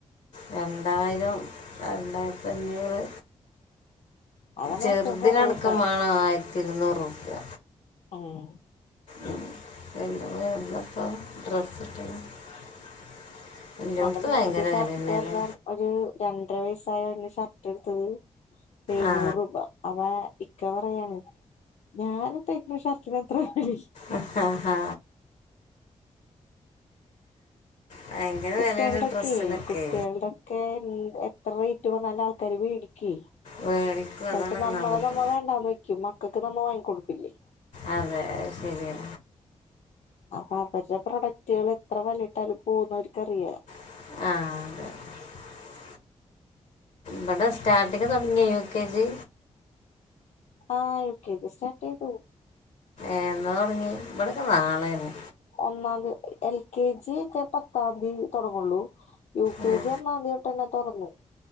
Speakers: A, on the left (about 90°); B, on the left (about 70°).
A: രണ്ടായിരം രണ്ടായിരത്തി അഞ്ഞൂറ്
B: അതാണ്
A: ചെർതിനടക്കം
B: ഏറ്റവും കൊറവ് ഇപ്പ
A: വാണം ആയി ഇരുന്നൂറ് റുപ്യ
B: ഉം
A: <unintelligible> എല്ലായിടത്തും
B: എന്റെ മോന്ക്ക്
A: ഭയങ്കര
B: ഷർട്ട്
A: വില തന്നെയല്ലേ
B: പറഞ്ഞാ ഒരു രണ്ടര വയസ്സായ അവന് ഷർ ട്ടെടുത്തത് എഴുന്നൂറ്
A: ആ
B: രൂപ അത ഇക്ക പറയാണ് ഞാനിപ്പ ഇട്ടിരിക്കുന്ന ഷർട്ടിന് എത്ര വില
A: ആഹ ഹാ ഭയങ്കര
B: കുട്ടികളുടൊക്കെ
A: വിലയാണ് ഡ്രസ്സിനൊക്കെ
B: കുട്ടികളുടൊക്കെ എത്ര റേറ്റ് പറഞ്ഞാലും ആൾക്കാര് വേടിക്കുവേ
A: മേടിക്കും അതാണ്
B: ചിലപ്പോ
A: ഒന്നാമത്
B: നമ്മളെ നമ്മൾ വേണ്ടാന്ന് വെക്കും മക്കൾക്ക് നമ്മ വാങ്ങി കൊടുക്കും. <inaudible>
A: അത ശരിയാ
B: അപ്പൊ അവരുടെ പ്രൊഡക്റ്റുകൾ എത്ര വലയിട്ടാലും പോകുന്ന അവർക്ക്റിയാ
A: ആഹ ബടാ സ്റ്റാർട്ടിങ് തുടങ്ങിയ യു കെ ജി
B: ആഹ് യു കെ ജി സ്റ്റാർട്ടചെയ്തു
A: ഏന്നാ തുടങ്ങി ഇവിടെൊക്കെ നാളെന്ന
B: ഒന്നാംയ എൽ കെ ജി ഒക്കെ പത്താം തിയതി തുടങ്ങുള്ളൂ യു കെ
A: ആ
B: ജി ഒന്നതിത്തോട്ടെന്നെ തുറന്ന്